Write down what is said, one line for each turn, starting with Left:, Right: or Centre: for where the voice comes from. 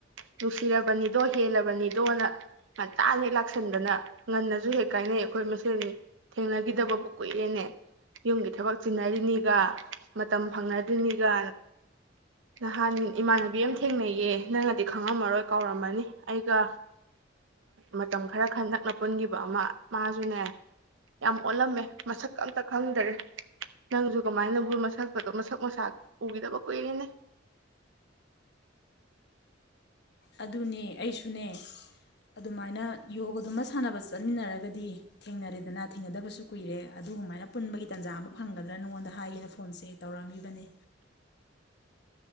Right: ꯅꯨꯡꯁꯤꯔꯕꯅꯤꯗꯣ ꯍꯦꯜꯂꯕꯅꯤꯗꯣꯅ ꯉꯟꯇꯥꯅꯤꯦꯛ ꯂꯥꯛꯁꯟꯗꯅ ꯉꯟꯅꯁꯨ ꯍꯦꯛ ꯀꯥꯏꯅꯩ ꯑꯩꯈꯣꯏ ꯃꯁꯦꯜꯒꯤ ꯊꯦꯡꯅꯈꯤꯗꯕꯕꯨ ꯀꯨꯏꯔꯦꯅꯦ ꯌꯨꯝꯒꯤ ꯊꯕꯛ ꯆꯤꯟꯅꯔꯤꯅꯤꯒ ꯃꯇꯝ ꯐꯪꯅꯗ꯭ꯔꯤꯅꯤꯒ ꯅꯍꯥꯟ ꯏꯃꯥꯟꯅꯕꯤ ꯑꯃ ꯊꯦꯡꯅꯩꯌꯦ ꯅꯪꯅꯗꯤ ꯈꯪꯉꯝꯃꯔꯣꯏ ꯀꯥꯎꯔꯝꯃꯅꯤ ꯑꯩꯒ ꯃꯇꯝ ꯈꯔ ꯈꯟ ꯅꯛꯅꯕ ꯄꯨꯟꯈꯤꯕ ꯑꯃ ꯃꯥꯁꯨꯅꯦ ꯌꯥꯝ ꯑꯣꯜꯂꯝꯃꯦ ꯃꯁꯛ ꯑꯝꯇ ꯈꯪꯗꯔꯦ ꯅꯪꯁꯨ ꯀꯃꯥꯏꯅꯕꯨ ꯃꯁꯛ ꯃꯁꯛ ꯃꯁꯥ ꯎꯈꯤꯗꯕ ꯀꯨꯏꯔꯦꯅꯦ
Left: ꯑꯗꯨꯅꯦ ꯑꯩꯁꯨꯅꯦ ꯑꯗꯨꯃꯥꯏꯅ ꯌꯣꯒꯗꯨꯃ ꯁꯥꯟꯅꯕ ꯆꯠꯃꯤꯟꯅꯔꯒꯗꯤ ꯊꯦꯡꯅꯔꯦꯗꯅ ꯊꯦꯡꯅꯗꯕꯁꯨ ꯀꯨꯏꯔꯦ ꯑꯗꯨꯒꯃꯥꯏꯅ ꯄꯨꯟꯕꯒꯤ ꯇꯥꯟꯖꯥ ꯑꯃ ꯐꯪꯒꯗ꯭ꯔꯥ ꯅꯉꯣꯟꯗ ꯍꯥꯏꯒꯦꯅ ꯐꯣꯟꯁꯦ ꯇꯧꯔꯝꯃꯤꯕꯅꯦ